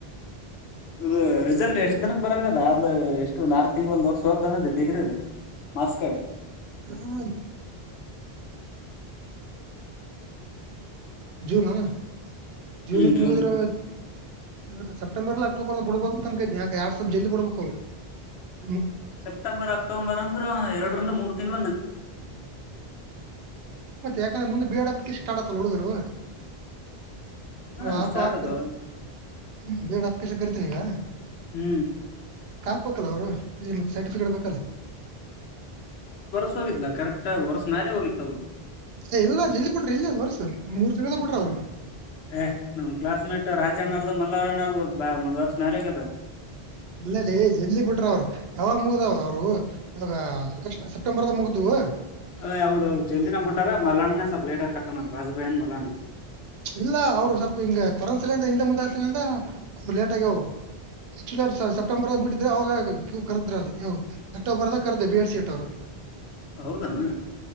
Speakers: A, on the left; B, on the right.
A: ಇದು ರಿಸಲ್ಟ್ ಎಷ್ಟ್ ದಿನ ಬರಂಗದಾ ಎಷ್ಟು ಒಂದ್ ಆರ್ ತಿಂಗ್ಳು ಒಂದ್ ವರ್ಷ್ <unintelligible> ಡಿಗ್ರಿದು ಮಾರ್ಕ್ಸ್ ಕಾರ್ಡ್
B: <unintelligible> ಜೂನ್ ಅನಾ ಜೂನಿಗ್
A: ಹ್ಮ್
B: ಮುಗ್ದ್ರೆ
A: ದು
B: <unintelligible>
A: ಸೆಪ್ಟೆಂಬರ್ ಅಕ್ಟೋಬರ್ ಅಂದ್ರ ಎರ್ಡ್ರಿಂದ ಮೂರ್ ತಿಂಗಳ್
B: <unintelligible> ಯಾಕಿಷ್ಟ್ ಆಡತ್ತಲ್ ಹುಡುಗ್ರ್ ಅವ ಅವು
A: ಹಾ
B: ಹಾಕವ್ ಹಾಕ್ತಿರು
A: ಅದಾವ
B: <unintelligible> <unintelligible>
A: ಹೂ
B: ಒಪ್ಬೇಕ್ ಅಲ್ಲ ಅವರು ಇತ್ತ ಸರ್ಟಿಫಿಕೇಟ್ ಬೇಕಲ್ಲ.
A: ಹೋಗ್ಲ ಕರೆಕ್ಟ್ ವರ್ಷ ಮ್ಯಾಲ ಹೋಗಿತ್ತು. <unintelligible>
B: ಎಲ್ಲ ಜಲ್ಲಿ ಬಿಡ್ರಿ ಇಲ್ಲಿ ಹೊರ್ಸು. ಮೂರ್ ತಿಂಗಳದಾಗ ಬಿಟ್ರೆ ಅವ್ರಿಗೆ.
A: ಏ ನಮ್ ಕ್ಲಾಸ್ ಮೇಟ್ ರಾಜನ. ಮಲ್ಲನಾ ಅವರದು ಒಂದು ವರ್ಷ ಮ್ಯಾಲ ಹೋಗ್ಯಾದ
B: ಇಲ್ಲಲೆ ಜಲ್ದಿ ಬಿಟ್ರ ಅವ್ರು ಯಾವಾಗ ಮುಗ್ದಾವ ಅವ್ರು ಇವಾಗ ಆಗಸ್ಟ್ ಸೆಪ್ಟೆಂಬರ್ದಾಗ ಮುಗ್ದವು.
A: ಹೇ ಹೌದ ಹೌದ ಜಲ್ದಿನೆ ಬಿಟ್ಟಾರ ಮಲಣನ ಸ್ವಲ್ಪ್ ಲೇಟ ಆಗಿ ತಕೊಂಡನ್ ಬನ್ ಮಲಣ.
B: ಇಲ್ಲ ಅವ್ರು ಸ್ವಲ್ಪ ಹಿಂಗ ಕೊರನಾ ಸಲಿಂದ ಹಿಂದ ಮುಂದಾ ಹಚ್ತೇನಂದ ಲೇಟ್ ಆಗ್ಯಾವ ಅವು ಆಕ್ಚಲಿ ಅವ್ ಸಪ್ಟೆಂಬರ್ ದಾಗ ಬಿಟ್ಟಿದ್ರ ಅವಾಗ ಕರದ್ರ ಅದು ಇವ ಅಕ್ಟೋಬರ್ ಕರೆದ ಬಿ ಎರ್ ಸಿ ಇಟ್ಟವರು ಅವರು.
A: ಹೌದೇನ